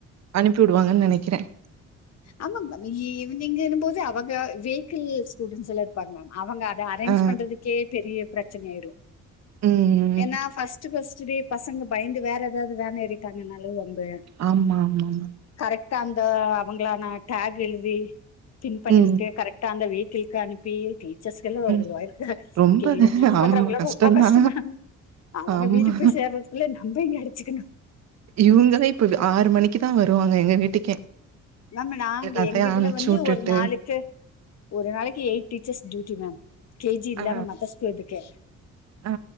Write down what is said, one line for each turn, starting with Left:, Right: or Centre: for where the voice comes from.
Right: அனுப்பி விடுவாங்கன்னு நனக்கறேன்
Left: ஆமாங்க மேம் ஈவனிங்குன்னு போது அவங்க வெயிகள்ஸ் ஸ்டூடண்ட்ஸ் எல்லா பாவங்க மேம் அவங்க அத அரேஞ்ச்
Right: ஆ
Left: பண்றதுக்கே பெரிய பிரச்சனயாயிடும்
Right: ம்
Left: ஏனா ஃஸ்ட்ட் பஸ்ட்ட் டே பசங்க பயந்து வேற ஏதாது வேன் ஏறிட்டாலும் வம்பு
Right: ஆமா ஆமா ஆமா
Left: கரெக்ட்டா அந்த அவங்களா நா டாக் எலுதி பின் பண்ணிவுட்டு
Right: ம்
Left: கரெக் டா அந்த வீட்டில்க்கு அனுப்பி டீச்சர்ஸ் எல்லா
Right: ம்
Left: கொஞ்சோ ஒர்க்
Right: ரொம்ப
Left: ஹேண்டில்
Right: ஆமா
Left: பண்றவங்க எலாரு
Right: கஷ்டந்தா
Left: ரொம்ப கஷ்டம அவங்க
Right: ஆமா
Left: வீட்டுக்கு போய் சேர்றதுக்குள்ள நம்ப இங்க அடிச்சிக்கணு
Right: இவுங்கள தா இப்போ ஆறு மணி க்கி தா வருவாங்க எங்க வீட்டுகே
Left: மேம் நாங்க
Right: எல்லாத்தயு
Left: எங்க இதுல
Right: அம்ச்சுவுட்டுட்டு
Left: வந்து ஒரு நாளைக்கு ஒரு நாளைக்கு eight teachers duty ma'am KG இல்லாம
Right: ஆ
Left: மத்த ஸ்கூல் எதுக்க
Right: ஆ